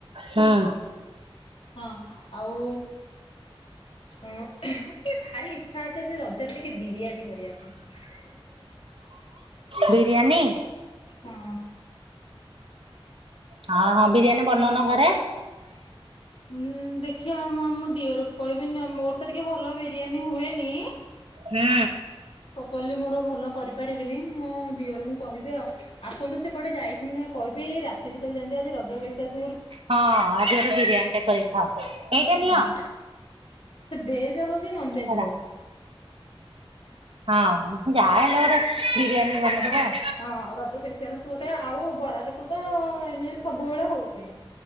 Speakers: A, on the right (about 70°); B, on the left (about 70°).
A: ହୁଁ
B: ହଁ ଆଉ ଅ ଏ ଭାରି ରଜରେ ଟିକେ ବିରିଆନୀ କରିବା ପାଇଁ।।
A: ବିରିୟାନୀ।
B: ହଁ।
A: ହଁ ହଁ ବିରିୟାନୀ ବନଉନ ଘରେ।
B: ଉଁ ଦେଖିଆ ମୁଁ ମୋ ଦିଅରକୁ କହିବି ନହେଲେ ମୋର ତ ଟିକେ ଭଲ ବିରିୟାନୀ ହୁଏନି
A: ହୁଁ।
B: ପଲି ମୋର ଭଲ କରିପାରିବିନି ମୋ ଦିଅରଙ୍କୁ କହିବି ଆଉ ଆସନ୍ତୁ ସେ କୁଆଡ଼େ ଯାଇଛନ୍ତି ଆ କହିବି ରାତି ଭିତରେ ଯେନ୍ତି ଆଜି ରଜର ବେଶେସ୍
A: ହଁ ଆଜି ଗୋଟେ ବିରିୟାନୀ ଟେ କରି ଖାଅ ଏଇଟା ନିଅ।
B: ହଁ। ସେ ଭେଜ୍ ହଉ ନନ୍ ଭେଜ୍
A: ଏଟା
B: ହଉ।
A: ହଁ ଯାହେଲେ ଗୋଟେ ବିରିୟାନୀ ବନେଇଦବ
B: ହଁ
A: ଆଉ
B: ହଁ ରଜ ସ୍ପେସିଆଲ୍ ଗୋଟେ ଆଉ ବରା ଚ ତ ଏମିତି ସବୁବେଳେ ହଉଛି।।